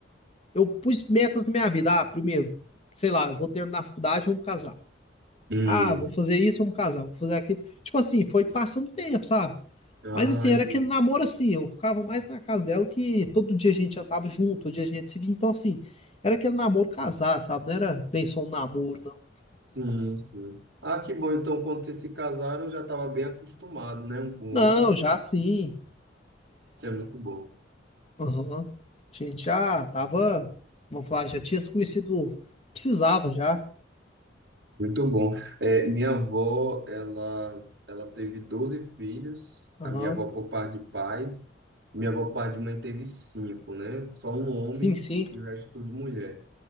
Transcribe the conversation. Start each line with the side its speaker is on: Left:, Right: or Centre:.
Left: Eu pus metas na minha vida. Ah, primeiro, sei lá, eu vou terminar a faculdade, vamos casar.
Right: Hum.
Left: Ah, vou fazer isso, vamos casar, vou fazer aquilo. Tipo assim, foi passando tempo, sabe?
Right: Ah,
Left: Mas assim,
Right: entendi.
Left: era aquele namoro assim, eu ficava mais na casa dela que todo dia a gente jantava junto, todo dia a gente se via. Então assim, era aquele namoro casado, sabe? Não era bem só um namoro, não.
Right: Sim, sim. Ah, que bom. Então, quando vocês se casaram, já estava bem acostumado, né, um com o
Left: Não,
Right: outro.
Left: já sim.
Right: Isso é muito bom.
Left: Aham. A gente já tava, vamos falar, já tinha se conhecido, precisava já.
Right: Muito bom. É, minha avó, ela, ela teve 12 filhos.
Left: Aham.
Right: A minha avó por parte de pai. Minha avó por parte de mãe teve cinco, né? Só um homem
Left: Sim, sim,
Right: e o resto tudo mulher.